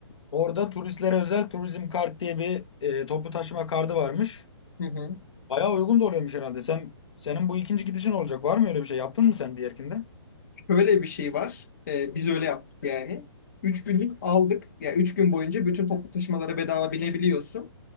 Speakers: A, on the left; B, on the left.
A: Orada turistlere özel turizm kart diye bir e, toplu taşıma kartı varmış.
B: Hı hı.
A: Bayağı uygun da oluyormuş herhalde. Sen senin bu ikinci gidişin olacak. Var mı öyle bir şey? Yaptın mı sen diğerkinde?
B: Şöyle bir şey var. Ee, biz öyle yaptık yani. Üç günlük aldık. Ya yani üç gün boyunca bütün toplu taşımalara bedava binebiliyorsun.